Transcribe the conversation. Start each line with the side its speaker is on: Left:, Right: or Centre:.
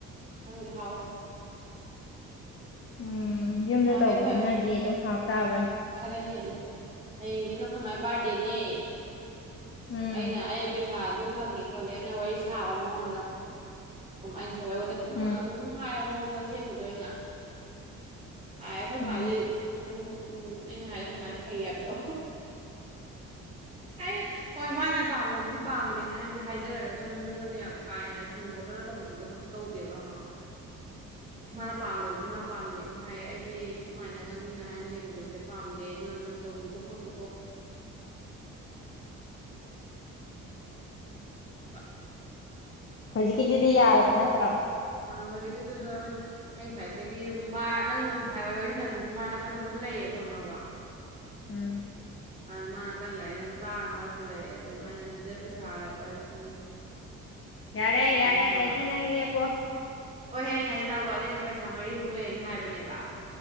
Right: ꯈꯪꯗꯦ ꯍꯥꯎꯋꯤ
Left: ꯎꯝ ꯌꯨꯝꯗ
Right: ꯍꯥꯎꯋꯦ
Left: ꯇꯧꯕꯖꯤꯅꯗꯤ
Right: ꯑꯩꯈꯣꯏ
Left: ꯑꯗꯨꯝ ꯍꯥꯎ ꯇꯥꯕꯅꯤ
Right: ꯈꯔ ꯍꯦꯜꯂꯦ ꯍꯌꯦꯡꯖꯤꯅ ꯈꯣꯏ ꯃꯥꯏ ꯕꯥꯔꯗꯦꯅꯤ
Left: ꯎꯝ
Right: ꯑꯩꯅ ꯑꯩ ꯄꯩꯁꯥ ꯑꯗꯨ ꯐꯪꯉꯦ ꯈꯣꯠꯂꯦꯅ ꯋꯥꯔꯤ ꯁꯥꯕ ꯃꯉꯣꯟꯗ ꯑꯩꯅꯁ ꯋꯥꯔꯤ ꯋꯥꯇꯥꯏ <unintelligible> ꯁ ꯈꯪꯅꯕ
Left: ꯎꯝ
Right: ꯑꯗꯨꯝ ꯍꯥꯏꯕ ꯃꯉꯣꯟꯗ ꯁꯦꯡꯕꯗꯣ ꯑꯩꯅ ꯍꯥꯏ ꯑꯩꯈꯣꯏ
Left: ꯎꯝ
Right: ꯃꯥꯗꯤ ꯑꯗꯨꯝ ꯑꯩꯅ ꯍꯥꯏꯌꯦ ꯑꯩꯈꯣꯏ ꯃꯥꯗꯤ ꯐꯩ ꯍꯥꯏꯕꯗꯣ ꯑꯩ ꯍꯣꯏ ꯃꯥꯅ ꯄꯥꯝꯗꯕꯗꯤ ꯄꯥꯝꯗꯦ ꯍꯥꯏꯅꯗꯤ ꯍꯥꯏꯖꯔꯒꯁꯨ ꯃꯤꯉꯣꯟꯗ ꯌꯥꯝ ꯀꯥ ꯍꯦꯟꯅ ꯊꯤꯡ ꯈꯣꯠꯇꯅ ꯇꯧꯕꯤꯕꯗꯣ ꯀꯩꯁꯨ ꯇꯧꯗꯦꯕ ꯈꯪꯉꯕ
Left: <inaudible>
Right: ꯃꯥꯅ ꯄꯥꯝꯗꯕꯗꯨꯗꯤ ꯃꯥ ꯄꯥꯝꯗꯦ ꯗꯨꯝ ꯍꯥꯏ ꯑꯩꯗꯤ ꯁꯨꯃꯥꯏꯅꯒ ꯃꯤꯅ ꯍꯥꯏꯅ ꯂꯦꯝꯗꯕꯁꯦ ꯄꯥꯝꯗꯦ ꯑꯗꯨꯅ ꯅꯪꯁꯨ ꯇꯧꯅꯤꯡꯀꯣ ꯈꯣꯠꯅꯨ <unintelligible>
Left: ꯍꯧꯖꯤꯛꯀꯤꯗꯨꯗꯤ ꯌꯥꯔꯕ ꯅꯠꯇ꯭ꯔꯣ
Right: ꯑ ꯍꯧꯖꯤꯛꯀꯤꯗꯨꯁꯨ <unintelligible> ꯑꯩ ꯉꯁꯥꯏꯗꯒꯤ ꯃꯥ ꯅꯪ ꯉꯁꯥꯏ ꯋꯥꯔꯤ ꯋꯥꯔꯤꯁꯟꯅꯗꯨꯁꯨ ꯃꯥ ꯅꯥꯀꯟꯗ ꯑꯗꯨꯝ ꯂꯩꯌꯦꯕ ꯈꯪꯉꯕ
Left: ꯎꯝ
Right: ꯑꯗ ꯃꯥ ꯅꯥꯀꯟ ꯂꯩꯌꯦ ꯑꯗꯨꯝ ꯇꯥꯔ ꯃꯥꯁꯨ ꯂꯩꯑꯦ ꯑꯗꯨꯝ ꯑꯩꯅ ꯑꯗꯨꯗꯩ ꯄꯩꯁꯥ ꯂꯨꯄꯥ ꯂꯤꯁꯤ
Left: ꯌꯥꯔꯦ ꯌꯥꯔꯦ
Right: ꯍꯥꯏꯕ
Left: ꯑꯗꯩꯗꯤ ꯅꯪ ꯂꯦꯄꯣ
Right: ꯍꯣꯏꯍꯦ ꯑꯩꯅ ꯍꯥꯏꯖꯦ ꯇꯥꯒꯣ ꯑꯗꯨ ꯑꯩꯅ ꯄꯩꯁꯥ ꯃꯔꯤꯃꯨꯛ ꯂꯩꯌꯦꯅ ꯍꯥꯏꯕꯅꯦꯕ